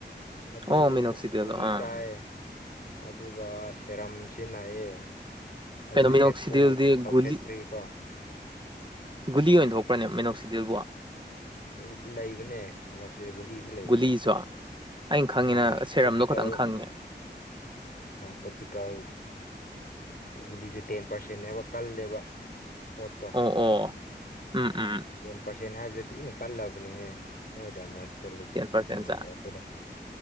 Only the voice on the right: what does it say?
ꯑꯣ ꯃꯤꯅꯣꯛꯁꯤꯗꯤꯜꯗꯣ
ꯑꯥ
ꯀꯩꯅꯣꯃꯅꯤꯁꯤꯗꯤꯗꯤ
ꯒꯨꯜꯂꯤ
ꯒꯨꯂꯤ ꯑꯣꯏꯅ ꯊꯣꯛꯣꯛꯈ꯭ꯔꯅꯦꯕ ꯃꯅꯣꯛꯁꯤꯗꯦꯜꯕꯣ
ꯒꯨꯂꯤꯁꯨ ꯑꯩꯅ ꯈꯪꯉꯤꯅ
ꯁꯦꯔꯝꯗꯣ
ꯈꯇꯪ ꯈꯪꯉꯤꯅꯦ
ꯑꯣ ꯑꯣ ꯎꯝ ꯎꯝ
ꯇꯦꯟ ꯄꯥꯔꯁꯦꯟꯁꯦ